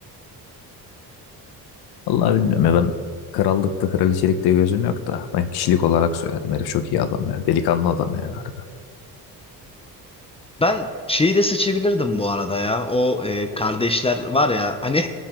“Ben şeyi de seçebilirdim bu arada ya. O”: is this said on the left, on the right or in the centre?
Left